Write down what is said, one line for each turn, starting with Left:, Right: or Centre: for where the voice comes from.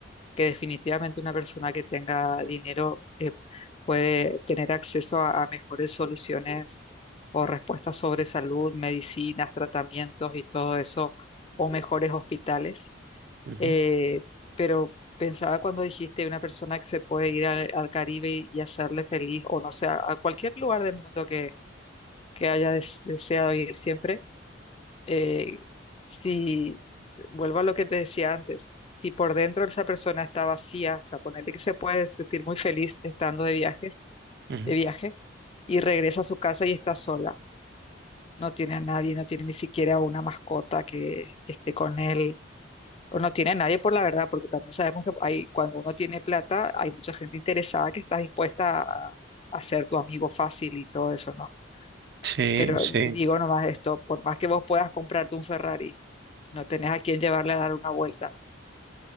Left: que definitivamente una persona que tenga dinero eh, puede tener acceso a, a mejores soluciones o respuestas sobre salud, medicinas, tratamientos y todo eso, o mejores hospitales.
Right: Ujú,
Left: Eh, pero pensaba cuando dijiste una persona que se puede ir al, al Caribe y, y hacerle feliz, o no sé, a, a cualquier lugar del mundo que, que haya des- deseado ir siempre eh, si, vuelvo a lo que te decía antes, si por dentro esa persona está vacía, o sea, ponerle que se puede sentir muy feliz estando de viajes,
Right: ujú.
Left: de viaje, y regresa a su casa y está sola, no tiene a nadie, no tiene ni siquiera una mascota que, que esté con él, o no tiene a nadie por la verdad, porque también sabemos que hay, cuando uno tiene plata, hay mucha gente interesada que está dispuesta a, a ser tu amigo fácil y todo eso, ¿no?
Right: Sí,
Left: Pero
Right: sí.
Left: d- digo nomás esto, por más que vos puedas comprarte un Ferrari, no tenés a quién llevarle a dar una vuelta.